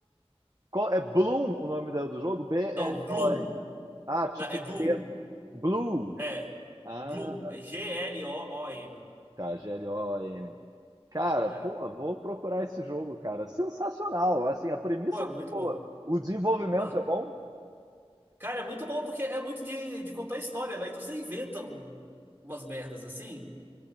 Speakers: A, on the right; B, on the right.
A: Qual- É Bloom o nome dela do jogo? B-L-O.
B: Não, Gloom.
A: Ah, tipo,
B: Não, É Gloom.
A: D- Blue.
B: É.
A: Ah.
B: Gloom. É G-L-O-O-M.
A: Tá, G-L-O-M. Cara,
B: É.
A: pô, vou procurar esse jogo, cara. Sensacional. Assim, a premissa
B: Pô, é
A: é muito
B: muito
A: boa.
B: bom.
A: O desenvolvimento
B: Não.
A: é bom.
B: Cara, é muito bom porque é muito de, de contar história, né? Então você inventa um- umas merdas assim.